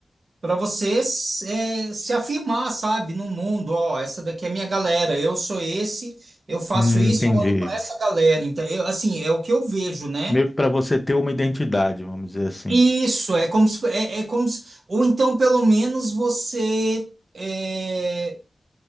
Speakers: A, on the right (about 60°); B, on the left (about 15°).
A: para você se é, se afirmar, sabe, no mundo, ó, essa daqui é minha galera, eu sou esse, eu faço
B: Hum,
A: isso,
B: entendi.
A: eu ando com essa galera. Então, eu, assim, é o que eu vejo, né?
B: Meio que para você ter uma identidade, vamos dizer assim.
A: Isso, é como se, é, é como se, ou então pelo menos você é,